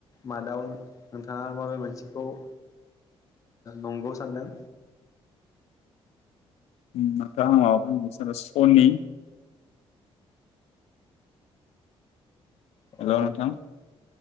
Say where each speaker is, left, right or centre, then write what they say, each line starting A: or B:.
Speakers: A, on the left (about 30°); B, on the left (about 85°).
A: मादाव नोंथा थाङा बबे मोनसेखौ ओ नंगौ सानदों?
B: उम नोंथां आं माबाखौ होननासो सानो सनि हेल'
A: अ
B: नोंथां